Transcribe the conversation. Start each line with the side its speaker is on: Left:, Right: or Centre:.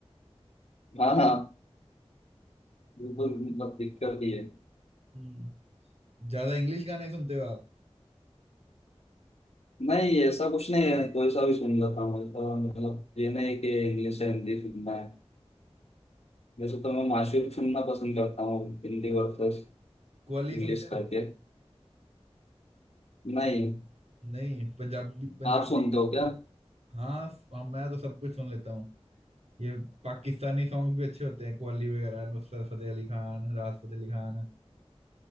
Left: हाँ हाँ बिल्कुल मतलब दिक्कत ही है
Right: हम्म ज्यादा इंग्लिश गाने सुनते हो आप
Left: नहीं ऐसा कुछ नहीं है कोई सा भी सुन लेता हूँ ऐसा मतलब ये नहीं कि इंग्लिश या हिंदी सुनना है जैसे तो मैं माशूक सुनना पसंद करता हूँ हिंदी वर्सेस
Right: कव्वाली
Left: इंग्लिश
Right: सुनते
Left: करके
Right: हो
Left: नहीं
Right: नहीं पंजाबी पंजाबी
Left: आप सुनते हो क्या
Right: हाँ हाँ मैं तो सब कुछ सुन लेता हूँ ये पाकिस्तानी सॉन्ग्स भी अच्छे होते हैं कव्वाली वगैरह नुसरत फतेह अली खान राहत फतेह अली खान